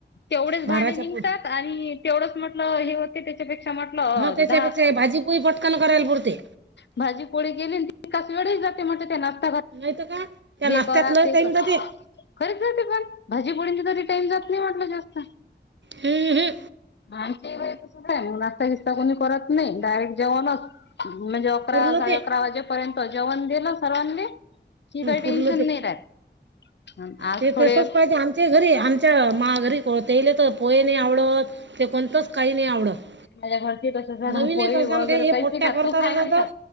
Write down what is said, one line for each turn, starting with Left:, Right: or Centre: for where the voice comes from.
Left: तेवढेच भांडे
Right: बाराच्या
Left: निघतात.
Right: पुढे
Left: आणि तेवढंच म्हटलं हे होते ते पेक्षा म्हटलं
Right: हां त्याच्यापेक्षा
Left: दहा
Right: हे भाजी पोळी पटकन करायला पुरते
Left: भाजी पोळी गेलीस तितकाच वेळ जाते म्हटले तेलाचं.
Right: नाहीतर काय. त्या
Left: हेे
Right: नाश्त्यात
Left: करा
Right: लय
Left: ते
Right: टाईम
Left: क.
Right: जाते
Left: खरच जे पण भाजी पोळीं तरी टाइम जात -- <unintelligible> म्हटलं जास्त <unintelligible>
Right: हं, हं.
Left: <unintelligible> नाशता बिस्ता कोणी करत नाही. डायरेक्ट जेवनचं म्हणजे अकरा
Right: पुरलं
Left: साडे
Right: ते
Left: अकरा वाजे -- पर्यत जेवण दिलं सर्वांनी की काही टेन्शन
Right: पुरलं ते
Left: नाही राहत. अन आज
Right: ते
Left: थोडे
Right: तसच पाहिजे. आमच्या घरी आमच्या मा घरी कोतेले तर पोहे नाही आवडत. ते कोणतंच काही नाही आवडत.
Left: माझ्या घरची तसचं
Right: नवीनही
Left: हाई पोई
Right: करसान
Left: वगैरे
Right: काही हे
Left: काहिच
Right: पोट्ट्या
Left: नाहि खात
Right: करतात
Left: तू खाय
Right: आता
Left: म्हणतात.
Right: तर